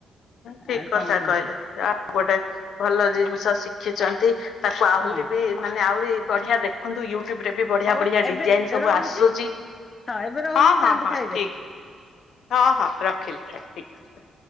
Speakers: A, on the left; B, on the left.
A: ଠିକ
B: ଆଉ
A: କଥା
B: କଣ କୁହନ୍ତୁ
A: କହିଲେ ଆଉ ଗୋଟେ ଭଲ ଜିନିଷ ଶିଖିଛନ୍ତି। ତାକୁ ଆହୁରି
B: ହଁ
A: ବି ମାନେ ଆହୁରି ବଢିଆ ଦେଖନ୍ତୁ ୟୁଟ୍ୟୁବ ରେ ବଢିଆ
B: ହଉ
A: ବଢିଆ
B: ଏବେ
A: ଡିଜାଇନ ସବୁ
B: ରହୁଛି
A: ଆସୁଛି
B: ହଁ ଏବେ ରହୁଛି
A: ହଁ
B: ଯାଆନ୍ତୁ
A: ହଁ ହଁ
B: ଖାଇବେ
A: ଠିକ। ହଁ ହଁ ରଖିଲ ଠିକ୍ ଅ।